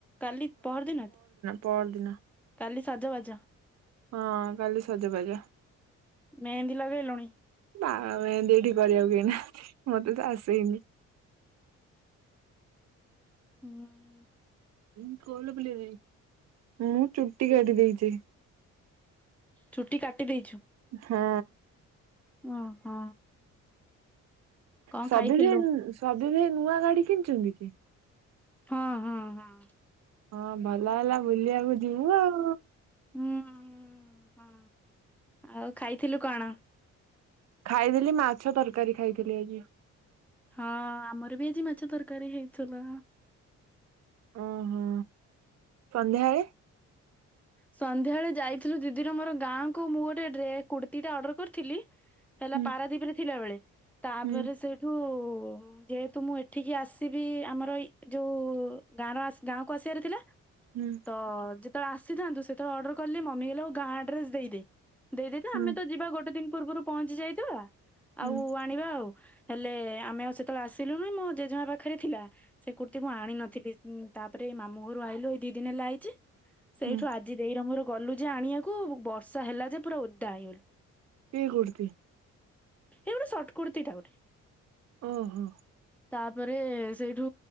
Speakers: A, in the centre; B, on the right (about 60°).
A: କାଲି, ପହରଦିିନ?
B: ପହର ଦିନ।
A: କାଲି ସଜ ବାଜ।
B: ହଁ କାଲି ସଜବାଜ।
A: ମେହେନ୍ଦି ଲଗେଇ ଲୁଣି?
B: ନା ମେହେନ୍ଦି ଏଠି କରିବାକୁ କେହି ନାହାନ୍ତି ମତେ ତ ଆସେନି।
A: ହୁଁ।
B: ମୁଁ ଗୋଲ ବୁଲେଇ ଦେଇଛି, ମୁଁ ଚୁଟି କାଟି ଦେଇଛି।
A: ଚୁଟି କାଟି ଦେଇଛୁ?
B: ହଁ।
A: ଓହୋ। କଣ
B: ସଭିନି
A: ଖାଇଥିଲୁ?
B: ସଭିନୀ ନୂଆ ଗାଡି କିଣିଛନ୍ତି କି?
A: ହଁ ହଁ ହଁ।
B: ହଁ ଭଲ ହେଲା ବୁଲିବାକୁ ଯିବୁ ଆଉ।
A: ହୁଁ ହୁଁ। ଆଉ ଖାଇଥିଲୁ କଣ?
B: ଖାଇଥିଲି ମାଛ ତରକାରୀ ଖାଇଥିଲି ଆଜି।
A: ହଁ ଆମର ବି ଆଜି ମାଛ ତରକାରୀ ହେଇଥିଲା।
B: ଓହୋ, ସନ୍ଧ୍ୟାବେଳେ
A: ସନ୍ଧ୍ୟାବେଳେ ଯାଇଥିଲୁ ଦିଦିର ମୋର ଗାଁକୁ ମୁଁ ଗୋଟେ ଡ୍ରେ କୁର୍ତ୍ତିଟା ଅର୍ଡର କରିଥିଲି। ହେଲା
B: ହୁଁ
A: ପାରାଦୀପରେ ଥିଲାବେଳେ ତାପରେ
B: ହୁଁ
A: ସେଇଠୁ ଯେହେତୁ ମୁଁ ଏଠିକି ଆସିବି ଆମର ଏଇ ଯୋଉ ଗାଁର ଗାଁକୁ ଆସିବାର ଥିଲା।
B: ହୁଁ।
A: ହଁ ଯେତେବେଳେ ଆସିଥାନ୍ତୁ ସେତେବେଳେ ଅର୍ଡର କଲି ମମି କହିଲା ହଉ ଗାଁ ଆଡ୍ରେସ ଦେଇଦେ। ଦେଇଦେଇଥା
B: ହୁଁ
A: ଆମେ ତ ଯିବା ଗୋଟେ ଦିନ ପୂର୍ବରୁ ପହଞ୍ଚି ଯାଇଥିବା
B: ହୁଁ
A: ଆଉ ଆଣିବା ଆଉ ହେଲେ ଆମେ ଆଉ ସେତେବେଳେ ଆସିଲୁନି ମୋ ଜେଜେମା ପାଖରେ ଥିଲା। ସେ କୁର୍ତ୍ତି ମୁଁ ଆଣିିନଥିଲି ତାପରେ ଏଇ ମାମୁଁ ଘରୁ ଆଇଲୁ ଏଇ ଦି ଦିନ ହେଲା ଆଇଛି। ସେଇଠୁ
B: ହୁଁ
A: ଆଜି ଦେଇର ମୋର ଗଲୁ ଯେ ଆଣିବାକୁ ବର୍ଷା ହେଲା ଯେ ପୁରା ଓଦା ହେଇଗଲୁ।
B: କି କୁର୍ତ୍ତି?
A: ହେଇ ଗୋଟେ ସର୍ଟ କୁର୍ତୀ ଟା ଗୋଟେ।
B: ଓ ହୋ।
A: ତାପରେ ସେଇଠୁ